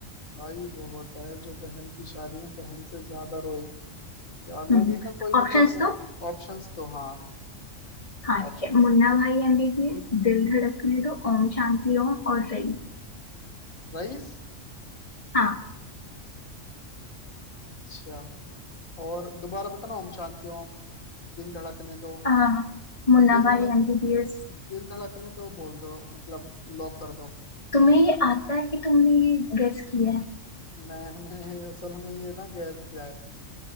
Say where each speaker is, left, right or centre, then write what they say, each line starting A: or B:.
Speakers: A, on the left (about 85°); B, on the left (about 30°).
A: भाई वो होता है जो बहन की शादी में बहन से ज्यादा रोए यार
B: हम्म
A: मूवी का कोई
B: ऑप्शंस
A: मतलब
B: तो
A: ऑप्शंस तो हाँ
B: हाँ
A: Options
B: ठीक है मुन्ना भाई एमबीबीएस दिल धड़कने दो ओम शांति ओम और रई
A: rice
B: हाँ
A: अच्छा और दोबारा बताना ओम शांति ओम दिल धड़कने दो
B: अ, मुन्ना
A: दिल धड़क
B: भाई एमबीबीएस
A: दिल धड़कने दो बोल दो मतलब लॉक कर दो
B: तुम्हें ये आता है कि तुमने ये गेस किया है
A: मैंने असल में ये ना गैस किया है